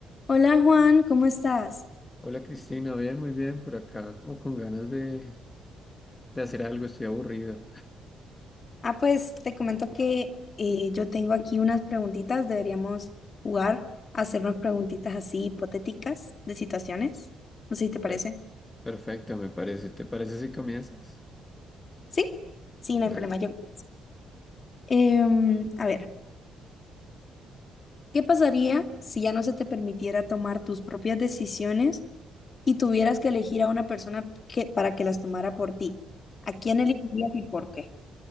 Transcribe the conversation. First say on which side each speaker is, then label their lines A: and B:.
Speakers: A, on the left (about 40°); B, on the left (about 20°).
A: Hola Juan, ¿cómo estás?
B: Hola Cristina, bien, muy bien, por acá, como con ganas de, de hacer algo, estoy aburrido.
A: Ah, pues te comento que eh, yo tengo aquí unas preguntitas. Deberíamos jugar a hacernos preguntitas así hipotéticas de situaciones. No sé si te parece.
B: Per- perfecto, me parece. ¿Te parece si comienzas?
A: ¿Sí? Sí, no
B: Dale.
A: hay problema. Yo... comienzo. Em, a ver, ¿qué pasaría si ya no se te permitiera tomar tus propias decisiones y tuvieras que elegir a una persona que, para que las tomara por ti? ¿A quién elegirías y por qué?